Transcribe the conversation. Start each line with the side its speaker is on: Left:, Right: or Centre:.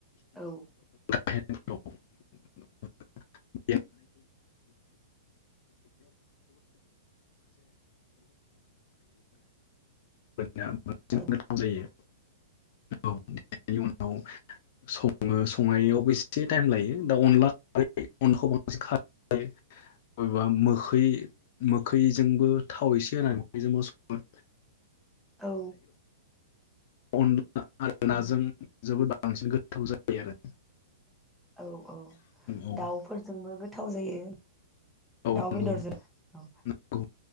Centre: औ
Left: <unintelligible> <unintelligible> <unintelligible> या बांसिन
Centre: औ
Left: गोथाव जायो। औ बेनि उनाव संङो संनायआवबो इसे टाइम लायो दा अनला अनखौ बांसिन खार बबेबा मोखै मोखैजोंबो थाव एसे होनानै मोखैजोंबो संङो
Centre: औ
Left: अनला आरो
Centre: औ
Left: नाजों जोबोद बांसिन गोथाव जायो आरो
Centre: औ औ
Left: औ
Centre: दाउफोरजोंबो गोथाव जायो।
Left: औ
Centre: दाउ
Left: नंगौ
Centre: बेदरजों ओ
Left: नंगौ